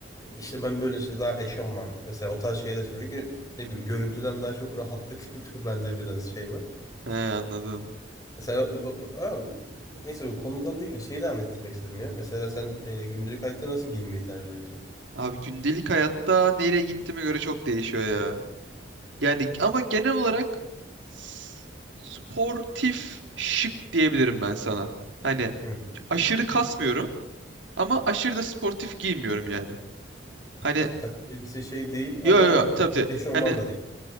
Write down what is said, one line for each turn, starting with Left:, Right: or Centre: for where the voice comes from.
Left: İşte ben böyle işte daha eşofman mesela o tarz şeyler istiyorum. Çünkü ne bileyim görüntüden daha çok rahatlık <laughs> bende biraz şey var.
Right: He anladım.
Left: Mesela o- aa, neyse bu konudan değil de şeyi devam ettirmek istedim ya. Mesela sen e, günlük hayatta nasıl giyinmeyi tercih ediyorsun?
Right: Abi gündelik hayatta nereye gittiğime göre çok değişiyor ya. Yani ama genel olarak s- sportif şık diyebilirim ben sana. Hani
Left: Hı.
Right: aşırı kasmıyorum ama aşırı da sportif giymiyorum yani. Hani
Left: Ya takım elbise şey değil
Right: yo
Left: ama
Right: yo yo tabii tabii.
Left: eşofman
Right: Hani
Left: da değil.